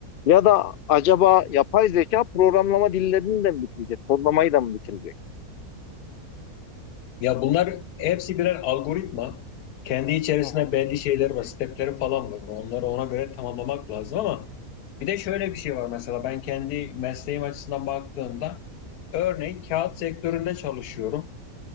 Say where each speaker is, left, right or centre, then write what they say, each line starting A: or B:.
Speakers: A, on the left (about 60°); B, on the left (about 90°).
A: Ya da acaba yapay zeka programlama dillerini de mi bitirecek? Kodlamayı da mı bitirecek?
B: Ya bunlar hepsi birer algoritma. Kendi içerisinde
A: Hı hı.
B: belli şeyler var, stepleri falan var. Onları ona göre tamamlamak lazım ama bir de şöyle bir şey var mesela ben kendi mesleğim açısından baktığımda örneğin kağıt sektöründe çalışıyorum.